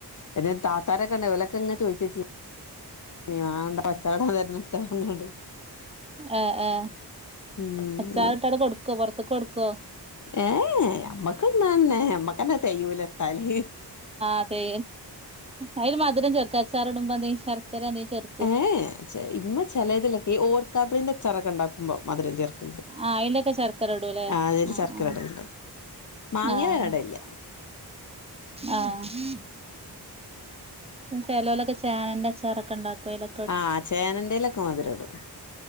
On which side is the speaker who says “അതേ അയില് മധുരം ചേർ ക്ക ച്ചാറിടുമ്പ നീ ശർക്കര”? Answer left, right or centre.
Right